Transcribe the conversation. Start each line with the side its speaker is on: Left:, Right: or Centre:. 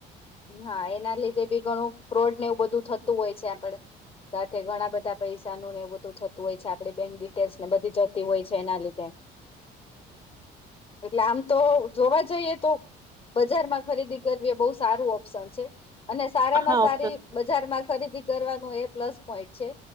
Left: હા. એના લીધે બી ઘણું ફ્રોડને એવું બધું થતું હોય છે આપડે. સાથે ઘણા બધા પૈસાનું ને એવું બધું થતું હોય છે, આપણી બેંક ડિટેલ્સ ને બધી જતી હોય છે એના લીધે. <inaudible> એટલે આમ તો જોવા જઈએ તો બજાર માં ખરીદી કરવી એ બહુ સ સારું ઓપ્શન છે. અને સારામાં
Right: હા
Left: સારી
Right: ઓપ્શન છે
Left: બજારમાં ખરીદી કરવાનો એ પ્લસ પોઈન્ટ છે